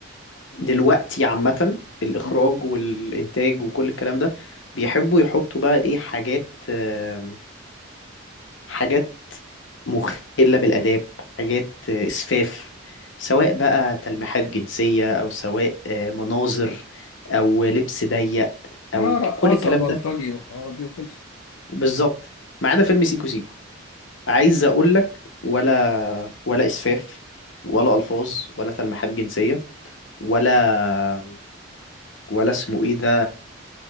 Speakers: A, on the left; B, on the left.
A: دلوقتي عامة الإخراج
B: مم.
A: والإنتاج وكل الكلام ده بيحبوا يحطوا بقى إيه حاجات آه، حاجات مخلة بالآداب حاجات آه، إسفاف سواء بقى تلميحات جنسية أو سواء آه، مناظر أو لبس ضيق أو
B: اه
A: ك-
B: رقاصة
A: كل الكلام
B: بلطجي
A: ده
B: والحوارات دي وخلصت
A: بالظبط ما عدا فيلم سيكو سيكو عايز أقولك ولا ولا إسفاف ولا ألفاظ ولا تلميحات جنسية ولا ولا اسمه إيه ده